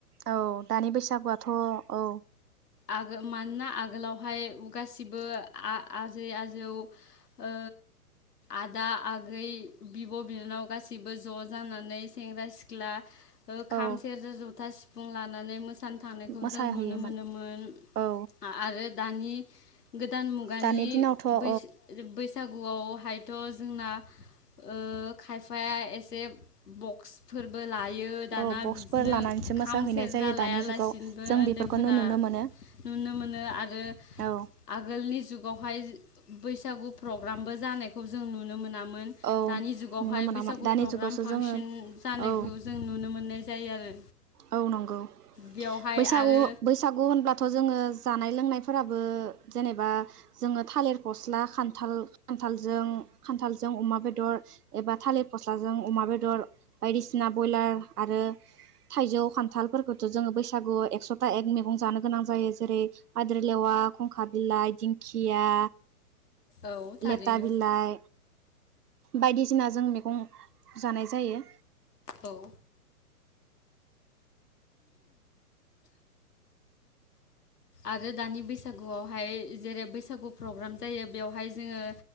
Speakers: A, on the right (about 80°); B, on the left (about 85°).
A: औ दानि बैसागुआथ' औ
B: आगोल मानोना आगोलावहाय गासिबो आ-आ आजै आजौ ओ आदा आगै बिब' बिनानाव गासैबो ज' जानानै सेंग्रा सिख्ला ओ खाम
A: औ
B: सेरजा जथा सि बुंला नानै मोसानो थांनायखौ
A: मोसाहैयोमोन
B: जों नुनो मोनोमोन
A: औ
B: आरो दानि गोदान मुगानि
A: दानि दिनावथ' औ
B: बैस-बैस गुआव हाइ थ' जोंना ओ खायफाया एसे बक्सफोरबो लायो दाना
A: औ बक्सफोर
B: बिदिनो
A: लानानैसो मोसाहैनाय
B: खाम सेरजा
A: जायो दानि
B: लायालासिनोबो
A: जुगाव जों
B: उन्दैफोरा
A: बेफोरखौनो नुनो मोनो
B: नुनो मोनो आरो
A: औ
B: आगोलनि जु बावहाय बैसागु प्रग्रामबो जानायख जों नुनो मोना मोन
A: औ
B: दानि जुगावहाय
A: नुनो मोनामोन
B: बैसागु
A: दानि
B: प्रग्राम
A: जुगावसो
B: फांसन
A: जोङो
B: जानायखौ
A: औ
B: जों नुनो मोननाय जायो आरो
A: औ नंगौ
B: बेयावहाय
A: बैसागु
B: आरो
A: बैसागु होनब्लाथ' जोङो जानाय लोंनायफोराबो जेनेबा जोङो थालिर फस्ला खान्थाल खान्थालजों खान्थालजों अमा बेदर एबा थालिर फस्लाजों अमा बेदर बायदिसिना बयलार आरो थाइजौ खान्थालफोरखोथ' जोङो बैसागुआव एकस'था एक मैगं जानो गोनां जायो जेरै पाद्रिलेवा खंखा बिलाइ दिंखिया
B: औ थारैनो
A: लेथा बिलाइ बायदिसिना जों मेगं जानाय जायो
B: औ आरो दानि बैसागुआवहाय जेरै बैसागु प्रग्राम जायो बेयाव फाय जोङो